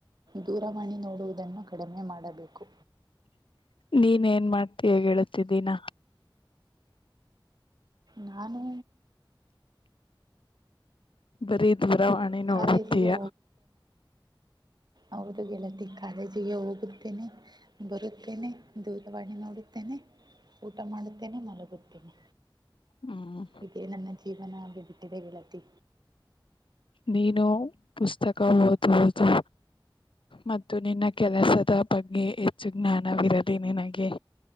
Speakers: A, on the right; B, on the left.
A: ದೂರವಾಣಿ ನೋಡುವುದನ್ನು ಕಡಿಮೆ ಮಾಡಬೇಕು
B: ನೀನ್ ಏನ್ ಮಾಡ್ತೀಯ ಹೇಳತಿದ್ದೀನ
A: ನಾನು
B: ಬರೀ ದೂರವಾಣಿ ನೋಡತೀಯ
A: ಕಾಲೇಜಿಗೆ ಅವ್ರ್ದ ಗೆಳತಿ ಕಾಲೇಜಿಗೆ ಹೋಗುತ್ತೇನೆ ಬರುತ್ತೇನೆ ದೂರವಾಣಿ ನೋಡುತ್ತೇನೆ ಊಟ ಮಾಡುತ್ತೇನೆ ಮಲಗುತ್ತೇನೆ
B: ಹ್ಮ್
A: ಇದೇ ನನ್ನ ಜೀವನ ಹಾಗೆ ಬಿಟ್ಟಿದೆ ಗೆಳತಿ
B: ನೀನು ಪುಸ್ತಕ ಓದು ಓದು. ಮತ್ತು ನಿನ್ನ ಕೆಲಸದ ಬಗ್ಗೆ ಹೆಚ್ಚು ಜ್ಞಾನವಿರಲಿ ನಿನಗೆ.